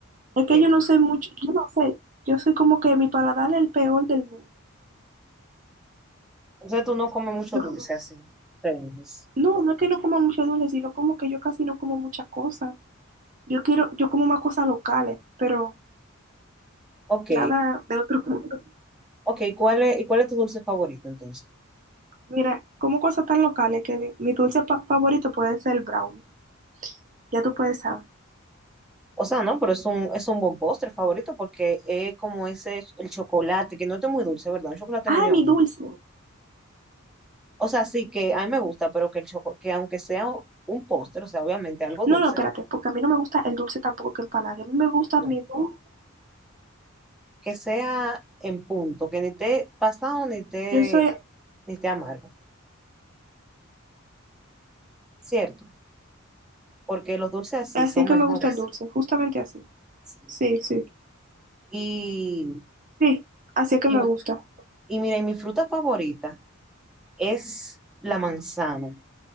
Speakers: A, on the right; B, in the centre.
A: Es
B: Dime.
A: que yo no sé mucho, yo no sé. Yo soy como que mi paladar es el peor del mundo.
B: Entonces tú no comes mucho
A: Yo
B: dulce
A: como-
B: así. Entonces,
A: no, no es que no coma mucho dulce, sino como que yo casi no como muchas cosas. Yo quiero, yo como más cosas locales, pero
B: Ok,
A: Nada de otro mundo.
B: ok. ¿Cuál es, y cuál es tu dulce favorito entonces?
A: Mira, como cosas tan locales que di- mi dulce pa- favorito puede ser el brownie. Ya tú puedes saber.
B: O sea, no, pero es un, es un buen postre favorito porque es como ese, el chocolate, que no es muy dulce, ¿verdad? Un chocolate
A: Ah,
B: medio
A: mi
B: amargo.
A: dulce.
B: O sea, sí que a mí me gusta, pero que, el choco- que aunque sea un postre, o sea, obviamente algo dulce,
A: No, no, espérate, porque a mí no me gusta el dulce tampoco que empalague. A mí me gusta
B: no.
A: mi dulce.
B: Que sea en punto, que ni esté pasado ni esté,
A: Yo soy
B: ni esté amargo, ¿cierto? Porque los dulces así
A: así
B: son
A: que
B: mejores.
A: me gusta el dulce, justamente así.
B: Sí.
A: Sí, sí,
B: Y,
A: sí, así que
B: y,
A: me gusta.
B: y mira, y mi fruta favorita es la manzana.